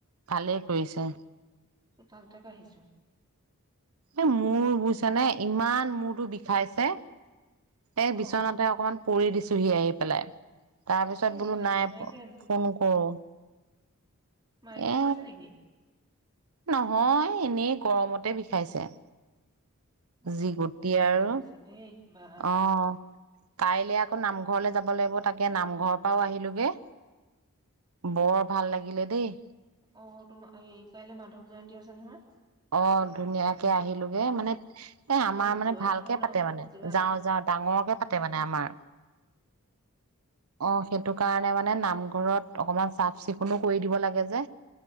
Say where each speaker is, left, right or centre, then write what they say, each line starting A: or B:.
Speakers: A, on the right; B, on the right.
A: ভালেই কৰিছা।
B: চোতালতে আহিছো
A: এ মোৰ বুজিছা নে ইমান মূৰটো বিষাই খাইছে। এই
B: অ
A: বিচনাতে অকনমান পৰি দিছোহি আহি পেলাই তাৰপিছত
B: কিয়
A: বোলো
B: বিষাইছে
A: নাই
B: মাইগ্ৰেন
A: ফোন কৰো
B: মাইগ্ৰেন
A: এ
B: আছে নেকি
A: নহয় এনে গৰমতে বিষাইছে।
B: অ
A: যি গুটি
B: বহুত গৰম
A: আৰু
B: পৰিছে দেই বা
A: অ', কাইলে আকৌ নাম ঘৰলৈ যাব লাগিব তাকে নামঘৰৰ পৰাও আহিলোগে বৰ ভাল লাগিলে দেই।
B: অ তোমাৰ এই কাইলে মাধৱ জয়ন্তী আছে নহয়
A: অ ধুনীয়াকে আহিলোগে মানে এ
B: তোমালোক
A: আমাৰ মানে
B: যোৱা
A: ভালকে
B: নহয় ন
A: পাতে মানে
B: যোৱা
A: যাওঁ, যাওঁ ডাঙৰকে পাতে মানে আমাৰ অ', সেইটো কাৰণে মানে নামঘৰত অকমান চাফ চিকুণো কৰি দিব লাগে যে